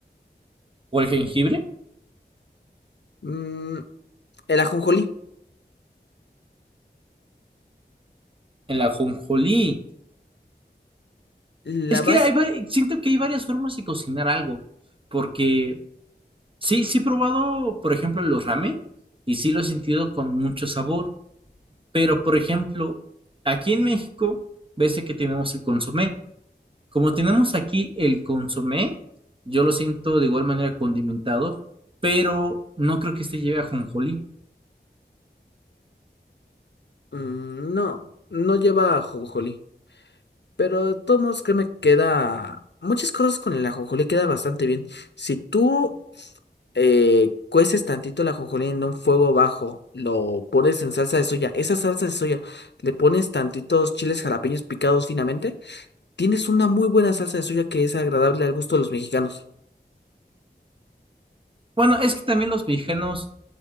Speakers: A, on the right; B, on the left.
A: o el jengibre,
B: Mm, el ajonjolí.
A: el ajonjolí.
B: ¿La
A: Es
B: vas?
A: que hay, va- siento que hay varias formas de cocinar algo, porque Sí, sí he probado, por ejemplo, los ramen y sí lo he sentido con mucho sabor, pero por ejemplo, aquí en México, ves que tenemos el consomé. Como tenemos aquí el consomé, yo lo siento de igual manera condimentado, pero no creo que este lleve ajonjolí.
B: Mm, no, no lleva ajonjolí. Pero de todos modos, créeme, queda... Muchas cosas con el ajonjolí queda bastante bien. Si tú eh, cueces tantito el ajonjolí en un fuego bajo, lo pones en salsa de soya. Esa salsa de soya, le pones tantitos chiles jalapeños picados finamente. Tienes una muy buena salsa de soya que es agradable al gusto de los mexicanos.
A: Bueno, es que también los mexicanos,